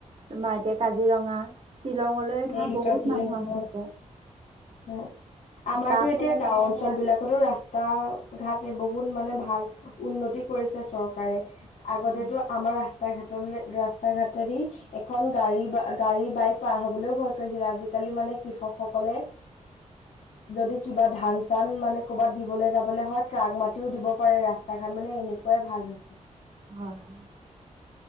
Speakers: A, on the right (about 45°); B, on the left (about 85°).
A: তোমাৰ এতিয়া কাজিৰঙা শ্বিলঙলৈ ধৰা
B: উম
A: বহুত
B: কাজিৰঙা
A: মানুহ আহি
B: হয়
A: থাকে।
B: হয়, আমাৰতো
A: তাৰ
B: এতিয়া
A: ফলত
B: গাও
A: আমাৰ
B: অঞ্চল
A: ধৰা
B: বিলাকতো ৰাস্ত তটা ঘাট বহুত মানে ভাল উন্নতি কৰিছে চৰকাৰে। আগতেতো
A: হয়
B: আমাৰ ৰাস্তা, ঘাট, ৰাস্তা, ঘাটেদি এখন গাড়ী, গাড়ী বাইক পাৰ হবলৈও ভয় কৰিছিল আজিকালি মানে কৃষকসকলে যদি কিবা ধান চান মানে কৰ'বাত দিবলৈ যাবলৈ হয় ট্ৰাক মাতিও দিব পাৰে ৰাস্তা ঘাত মানে এনে এনেকুৱাই ভাল হৈছে।
A: হয়, হয়।